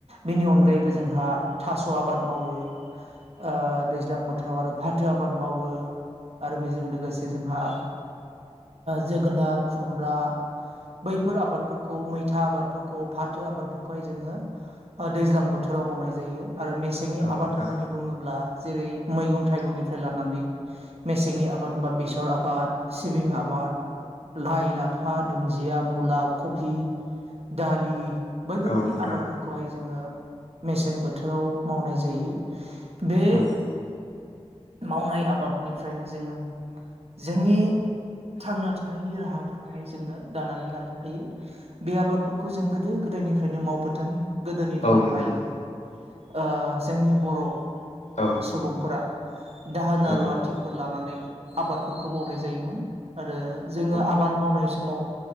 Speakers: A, on the right (about 65°); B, on the left (about 85°).
A: बेनि अनगा जायबो जोंहा थास' आबाद मावो ओ दैज्लां बोथोराव आरो फाथो आबाद मावो। आरो बेजों लोगोसे जोंहा जोगोनार खुमब्रा बैफोर आबादफोरखौ मैथा आबादफोरखौ फाथो आबादफोरखौहाय जोङो दैज्लां बोथोर आव मावनाय जायो आरो मेसेंनि
B: औ
A: आबाद
B: नोंथां
A: होन्नानै बुङोब्ला जेरै मैगं थाइगंनिफ्राय लानानै मेसेंनि आबाद होनबा बेसर आबाद सिबिं आबाद बाद लाइ लाफा दुन्दिया मुला कफि दालि बैफोरबायाददि
B: औ नोंथां
A: आबादफोरखौहाय जोङो मेसें बोथोराव मावनाय जायो। बे
B: औ
A: मावनाय आबादनिफ्रायनो जोङो जोंनि थांना थानायनि राहाफोरखौहाय जोङो दानानै लानो हायो बे आबादफोरखौ जों गोदो गोदाय निफ्रायनो मावबोदों। गोदोनि दिनावहाय
B: औ नोंथां
A: ओ जोंनि बर'
B: औ
A: सुबुंफोरा दाहोना
B: औ
A: रुवाथिफोर लानानै आबादफोरखौ मावनाय जायोमोन आरो जोङो
B: औ
A: आबाद मावनाय समाव